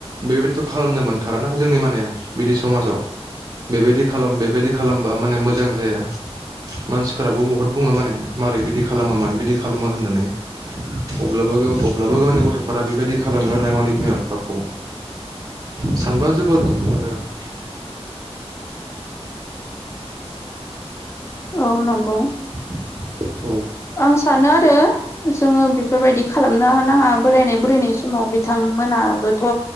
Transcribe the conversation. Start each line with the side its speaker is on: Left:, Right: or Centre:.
Right: बेबायदिथ खालामनो मोनथारा ना जोंनि माने बिदि समाजाव। बेबायदि खालाम बेबायदि खालामबा माने मोजां मोजां जाया मानसिफोराबो बुहुत बुङो माने मारै बिदि खालामा मानो बिदि खालामा होननानै अब्लाबो गाव अब्ला बो गावनि गथफोरा बेबायदि खालामो आरोना गावनि बिमा बिफाखौ सानबा जोबोर दुखु मोनो <inaudible>
Left: औ नंगौ।
Right: <inaudible>
Left: आं सानो आरो। जोङो बेफोरबायदि खालामनो नाङा बोरायनाय बुरैनाय समाव बिथांमोनाबोथ